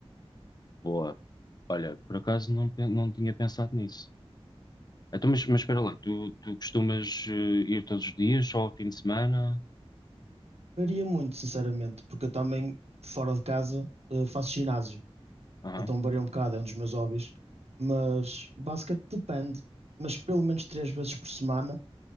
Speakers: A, on the left (about 40°); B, on the right (about 75°).
A: Boa. Olha, por acaso não, pe- não tinha pensado nisso. Então, mas, mas espera lá, tu, tu costumas eh, ir todos os dias, só ao fim de semana?
B: Varia muito, sinceramente, porque eu também, fora de casa, eh, faço ginásio.
A: Aham,
B: Então varia um bocado, é um dos meus hobbies. Mas basquete depende, mas pelo menos três vezes por semana,